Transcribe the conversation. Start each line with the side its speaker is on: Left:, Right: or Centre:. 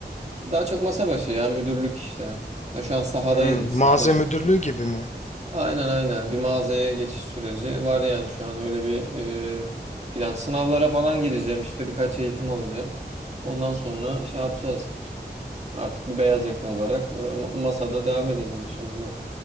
Right: daha çok masa başı ya müdürlük işte. Ha, şu an sahadayız
Left: Hmm,
Right: biz sahada
Left: mağaza
Right: çalışıyoruz.
Left: müdürlüğü gibi mi?
Right: Aynen aynen bir mağazaya geçiş süreci var yani şu an öyle bir e, plan. Sınavlara falan gireceğim işte birkaç eğitim alacağım. Ondan sonra şey yapacağız. Artık bir beyaz yaka olarak e, ma- masada devam edeceğiz işimize.